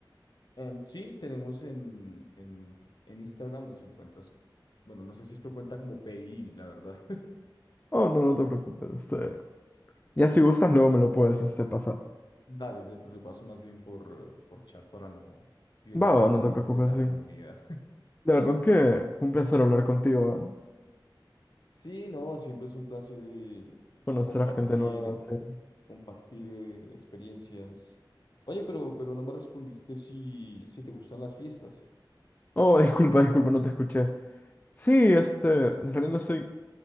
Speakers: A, on the left; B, on the left.
A: Em, sí, tenemos en, en, en Instagram, nos encuentras, bueno, no sé si esto cuenta como PI, la verdad. <laughs>
B: Oh, no, no te preocupes. Este, Ya si gustas, luego me lo puedes este, pasar.
A: Dale, te te lo paso más bien por, por chat para no violar
B: Va,
A: las
B: va,
A: leyes
B: no te preocupes,
A: de la comunidad.
B: sí. De verdad que fue un placer hablar contigo, ¿ah?
A: Sí, no, siempre es un placer eh,
B: Conocer
A: compartir,
B: a gente nueva, sí.
A: compartir eh, experiencias. Oye, pero, pero no me respondiste si, si te gustan las fiestas.
B: Oh, <laughs> disculpa, disculpa, no te escuché. Sí, este, en realidad no soy